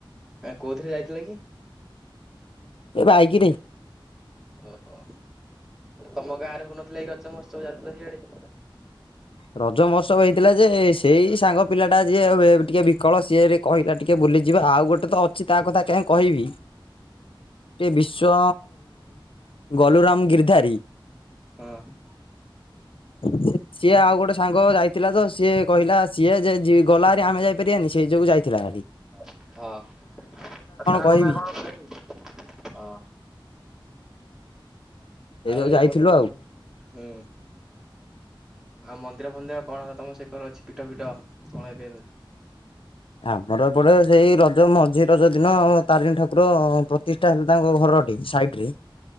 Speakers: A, in the centre; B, on the left (about 80°).
A: ଏ କେଉଁଥିରେ ଯାଇଥିଲେ କି?
B: ଏ ବାଇକିରେ।
A: ଓହୋ ତମ ଗାଁରେ ହଉନଥିଲା ରଜ ମତ୍ସବ ଯାତ୍ରା ଇଆଡେ?
B: ରଜ ମହୋତ୍ସବ ହେଇଥିଲା ଯେ ସେଇ ସାଙ୍ଗ ପିଲା ଟା ଯିଏ ଟିକେ ବିକଳ ସିଏ କହିଲା ଟିକେ ବୁଲିଯିବା ଆଉ ଗୋଟେ ତ ଅଛି ତା କଥା କିଂହା କହିବି। ଗୋଟେ ବିଶ୍ଵ ଗଲୁରାମ ଗିର୍ଧାରୀ।
A: ହଁ
B: ଆ ସିଏ ଆଉ ଗୋଟେ ସାଙ୍ଗ ଯାଇଥିଲା ତ ସିଏ କହିଲା ସିଏ ଯେ ଗଲାରି ଆମେ ଯାଇପାରିବାନି ସେଇ ଯୋଗୁ ଯାଇଥିଲା ହେରି।
A: ହଁ ତା କଥା
B: କହିବି
A: କଣ କରିନି ହଁ।
B: ସେଇ
A: ଆଉ
B: ଯୋଉ
A: ଏଇ
B: ଯାଇଥିଲୁ
A: ବସୁ କଣ
B: ଆଉ।
A: ହୁଁ। ଆଉ ମନ୍ଦିର ଫନ୍ଦିର କଣ ତମ ସେକର ଅଛି ପିଠ ପିଠ କଣ ଏବେ
B: ଆମର ଏପଟେ ସେଇ ରଜ ମଝି ରଜ ଦିନ ତାରିଣୀ ଠାକୁର ପ୍ରତି ସେଟା ହେଲେ ତାଙ୍କ ଘରଟି ସାଇଟ ରେ